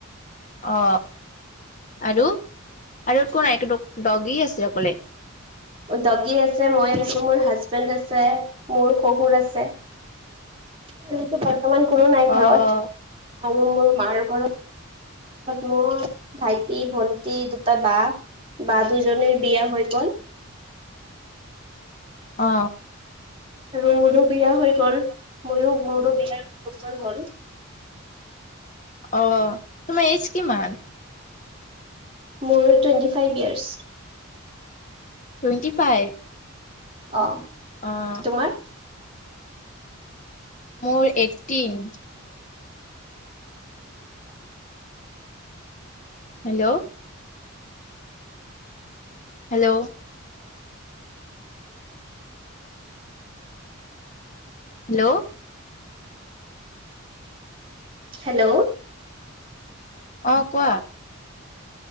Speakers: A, on the left; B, on the right.
A: অ আৰু আৰু একো নাই এইটো ডগ ডগী আছে অকলে
B: ডগী আছে মই আছো মোৰ হাজবেণ্ড আছে মোৰ শহুৰ আছে মোৰতো‌ বৰ্তমান কোনো নাই
A: অ',
B: ঘৰত আৰু মোৰ মাৰ ঘৰত মই, ভাইটি, ভন্টি, দুটা বা বা দুজনীৰ বিয়া হৈ গ'ল
A: অ
B: আৰু মোৰো বিয়া হৈ গল ময়ো মোৰো বিয়াৰ বিছ বছৰ হ'ল।
A: অ তোমাৰ এইজ কিমান?
B: মোৰ twenty five years.
A: Twenty five
B: অহ
A: অ',
B: তোমাৰ।
A: মোৰ eighteen hello hello hello
B: hello
A: অ কোৱা?